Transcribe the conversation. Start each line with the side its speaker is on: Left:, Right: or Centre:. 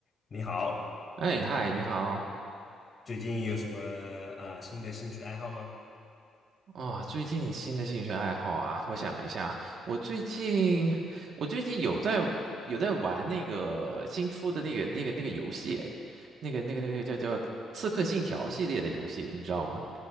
Left: 你好，
Right: 哎，嗨，你好
Left: 最近有什么啊新的兴趣爱好吗？
Right: 啊！最近新的兴趣爱好啊，我想一下，我最近我最近有在有在玩那个新出的那个那个那个游戏，哎，那个那个那个那个叫叫《刺客信条》系列的游戏，你知道吗？